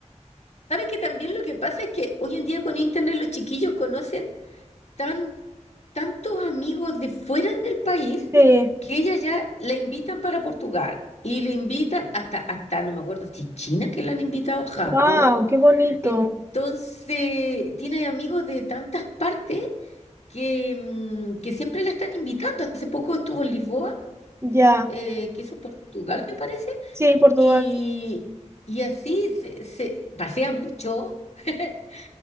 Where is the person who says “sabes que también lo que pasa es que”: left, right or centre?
Left